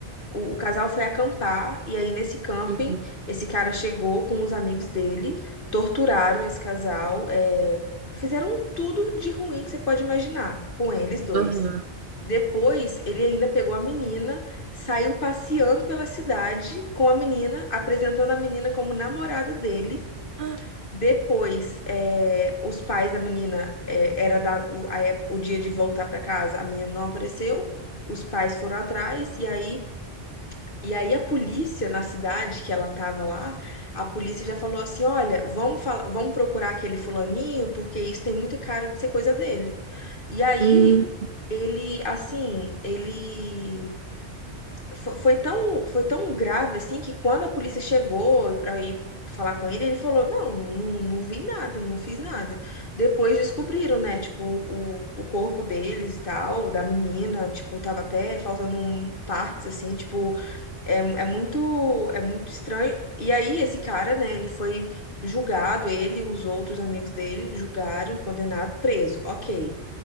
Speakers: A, on the left; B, on the right.
A: o, o casal foi acampar, e aí nesse camping,
B: Uhum.
A: esse cara chegou com os amigos dele, torturaram esse casal, é, fizeram tudo de ruim que você pode imaginar com eles dois.
B: Aham.
A: Depois, ele ainda pegou a menina, saiu passeando pela cidade com a menina, apresentando a menina como namorada dele.
B: Ah,
A: Depois, eh, os pais da menina, eh, era da- o, a ép- o dia de voltar para casa, a menina não apareceu, os pais foram atrás, e aí, e aí a polícia na cidade que ela estava lá, a polícia já falou assim: olha, vamos, fala- vamos procurar aquele fulaninho, porque isso tem muita cara de ser coisa dele. E aí
B: Hum,
A: ele, assim, ele fo- foi, tão, foi tão grave assim que quando a polícia chegou para ir falar com ele, ele falou: "Não, não, não vi nada, não fiz nada". Depois descobriram, né, tipo, o, o corpo deles e tal, da menina, tipo, tava até faltando um- partes assim, tipo, é, é muito é muito estranho. E aí esse cara, né, ele foi julgado, ele e os outros amigos dele julgaram, condenado, preso. OK.